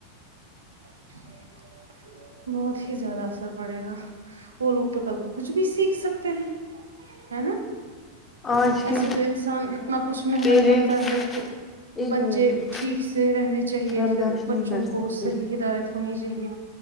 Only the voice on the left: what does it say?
آج
کے
پیرنٹس
ایک
منٹ
برداشت
نہیں
کر سکتے